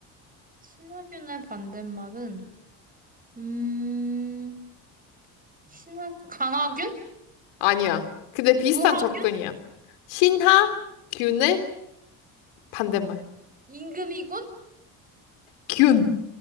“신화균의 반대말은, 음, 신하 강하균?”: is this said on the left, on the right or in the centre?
Right